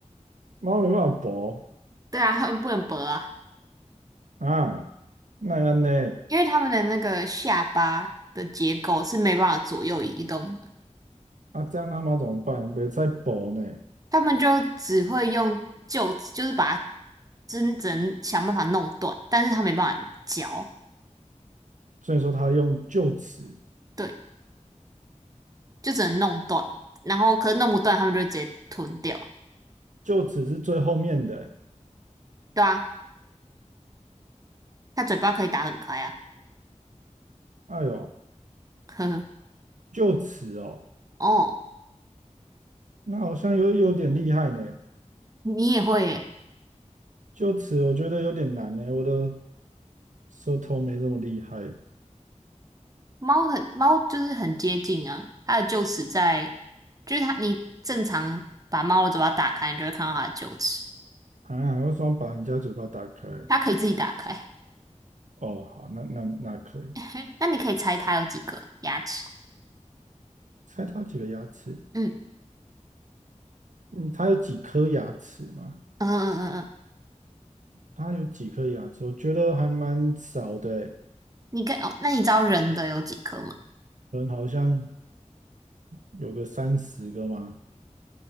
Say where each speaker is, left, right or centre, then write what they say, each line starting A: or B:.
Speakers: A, on the right (about 80°); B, on the right (about 30°).
A: 猫没办法薄
B: 对啊，它们不能搏啊，
A: 啊，那样呢？
B: 因为它们的那个下巴的结构是没办法左右移动的。
A: 啊，这样他们要怎么办？别再搏呢。
B: 他们就只会用臼齿，就是把它真正想办法弄断，但是他没办法嚼，
A: 所以说他用就此，
B: 对，就只能弄断。然后可是弄不断，他们就直接吞掉，
A: 就此是最后面的欸。
B: 对啊，它嘴巴可以打很开啊，
A: 哎呦，
B: 呵呵。
A: 就此哦，
B: 哦，
A: 那好像有有点厉害呢。
B: 你也会耶？
A: 就此我觉得有点难呢，我的舌头没这么厉害
B: 猫很猫就是很接近啊，它的臼齿在，就是它你正常把猫的嘴巴打开，你就会看到它的臼齿，
A: 啊。为什么把人家嘴巴打开？
B: 它可以自己打开。
A: 哦，好，那那那可以。
B: <laughs> 那你可以猜它有几个牙齿？
A: 猜他有几个牙齿？
B: 嗯
A: 嗯，他有几颗牙齿嘛？
B: 嗯嗯嗯嗯。
A: 他有几颗牙齿？我觉得还蛮少的欸，
B: 你跟哦，那你知道人的有几颗吗？
A: 可能好像有个三十个嘛。